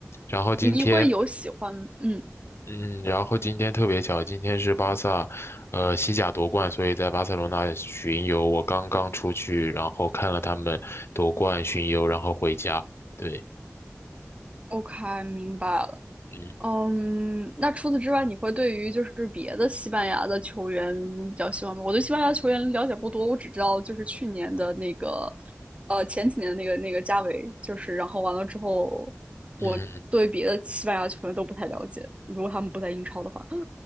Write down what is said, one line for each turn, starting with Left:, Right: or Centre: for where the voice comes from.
Left: 然后今天，
Right: 你会有喜欢，嗯
Left: 嗯，然后今天特别巧，今天是巴萨，呃，西甲夺冠，所以在巴塞罗那巡游，我刚刚出去，然后看了他们夺冠巡游，然后回家。对，
Right: ，OK，明白了。
Left: 嗯
Right: 嗯，那除此之外，你会对于就是别的西班牙的球员比较希望吗？我对西班牙球员了解不多，我只知道就是去年的那个，呃，前几年的那个那个加维，就是然后完了之后，
Left: 嗯，
Right: 我对别的西班牙球员都不太了解，如果他们不在英超的话。